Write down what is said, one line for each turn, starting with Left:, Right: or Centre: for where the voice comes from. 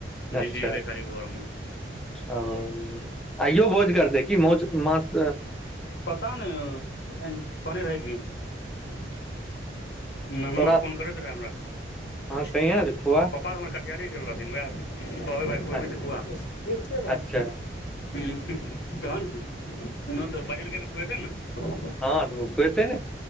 Centre: अच्छा
Left: झिसयले खाली भोर मे
Centre: ओ आइयो भोज करतै कि मौ मास
Left: पता नय कोने रहेगी ननमा
Centre: तोरा
Left: फोन करैत रहै हमरा
Centre: हँ कहिया
Left: पापा
Centre: जे खुआ
Left: हमर कटिहारहा रे गेल रहथिन कबहै
Centre: अ-
Left: भाई खूबे त
Centre: अच्छा
Left: खुआ ह तहन ने नय तऽ बजलकै तऽ खुएतै ने
Centre: हँ अ कुयेते ने